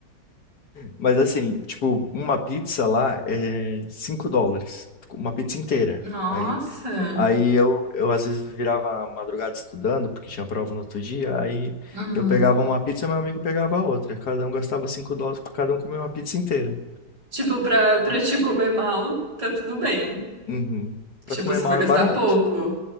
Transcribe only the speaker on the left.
Mas assim, tipo, uma pizza lá é 5 dólares. Uma pizza inteira.
Aí, aí eu, eu às vezes virava a madrugada estudando, porque tinha prova no outro dia. Aí
eu pegava uma pizza, meu amigo pegava outra. Cada um gastava 5 dólares, cada um comia uma pizza inteira.
Uhum. Pra
comer
mal
é barato.